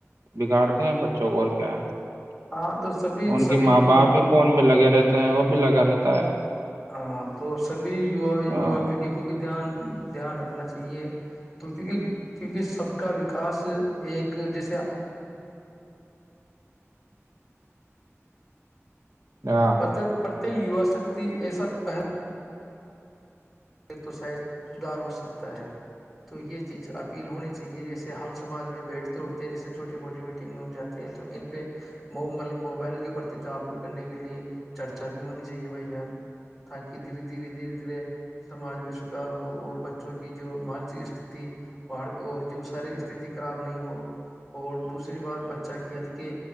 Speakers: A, on the right (about 80°); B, in the centre.
A: بگاڑتے ہیں بچوں کو اور کیا <unintelligible>
B: ہاں تو سبھی
A: ان
B: سبھی
A: کی ماں باپ بھی فون میں لگے رہتے ہیں وہ بھی لگا رہتے ہوتا ہے <unintelligible>
B: ہاں تو سبھیا
A: ہاں
B: ووا پیڑھی کو بھی دھیان دھیان رکھنا چاہیے تو کیونکہ کیونکہ سب کا وکاس ایک جیسے
A: ہاں
B: مطلب پرتک یو س ت ای سا پہل <unintelligible> ایک تو شاید سدار ہو سکتا ہے تو یہ چیز اپیل ہونی چاہیے جیسے ہم سماج میں بیٹھتے اٹھتے ہیں جیسے چھوٹی موٹی میٹنگ میں ہم جاتے ہیں تو ان پہ مطلب موبائل کے پرتی جاگروک کرنے کے لیے چرچا بھی ہونی چاہیے بھائی جان تاکہ دھیرے دھیرے دھیرے دھیرے سماج میں سدھار ہو اور بچوں کی جو مانسک استھھی اور اور جو شارییرک استھھی خراب نہیں ہو اور دوسری بات بچہ کھیل کے